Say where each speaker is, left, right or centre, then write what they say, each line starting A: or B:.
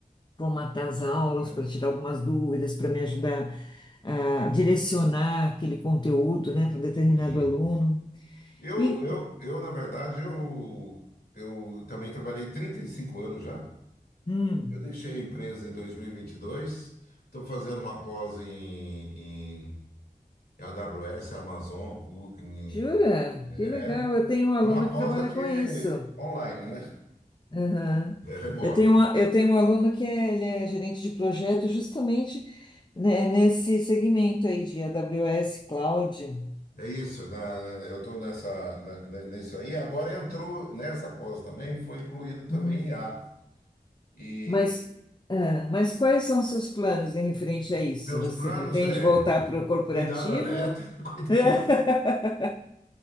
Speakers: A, on the left; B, on the left.
A: formatar as aulas,
B: É,
A: para tirar algumas dúvidas, para me ajudar a direcionar aquele conteúdo, né, para um determinado
B: Entendi.
A: aluno.
B: Eu,
A: E,
B: eu, eu, na verdade, eu, eu também trabalhei 35 anos já.
A: hum,
B: Eu deixei a empresa em dois mil e e vinte e dois. Estou fazendo uma pós em, em a AWS, Amazon. Gu- em-
A: Jura?
B: é
A: Que legal. Eu tenho um aluno
B: é uma pós
A: que trabalha
B: aqui
A: com isso.
B: online, né?
A: Aham.
B: É remoto.
A: Eu tenho uma, eu tenho um aluno que é, ele é gerente de projeto justamente, né, nesse segmento aí de AWS Cloud.
B: É isso. na- na- eu estou nessa, na, ne- nisso aí. Agora entrou nessa pós também, foi incluído também
A: Uhum.
B: I a. E
A: Mas, ah, mas quais são os seus planos em referente a isso?
B: meus
A: Você
B: planos
A: pretende
B: é
A: voltar para o corporativo?
B: cuidar da neta, <laughs> cuidar
A: <laughs>